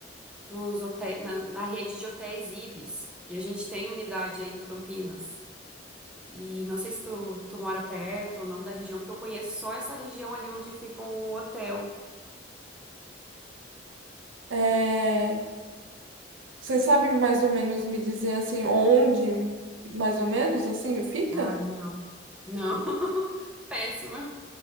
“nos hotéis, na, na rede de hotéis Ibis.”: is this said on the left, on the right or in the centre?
Centre